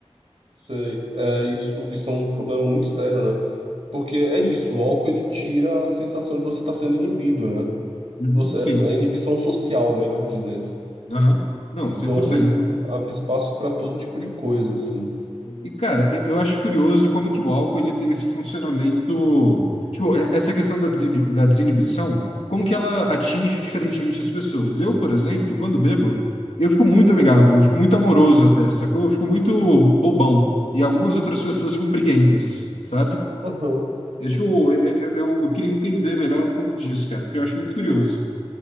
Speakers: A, on the right (about 70°); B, on the left (about 75°).
A: Sei. É, isso, isso é um problema muito sério, né? Porque é isso, o álcool ele tira a sensação de você estar sendo inibido, né?
B: Uhum.
A: Você,
B: Sim.
A: é inibição social, melhor dizendo.
B: Aham. Não,
A: Então,
B: cem por cento
A: abre espaço para todo tipo de coisa, assim.
B: E, cara, eu, eu acho curioso como que o álcool ele tem esse funcionamento. Tipo, é- essa questão da, desi- da desinibição, como que ela atinge diferentemente as pessoas. Eu, por exemplo, quando bebo, eu fico muito amigável, eu fico muito amoroso até, sacou? Eu fico muito bobão. E algumas outras pessoas ficam briguentas, sabe?
A: Uhum.
B: Deixa eu, eu, eu, eu queria entender melhor um pouco disso, cara, porque eu acho muito curioso.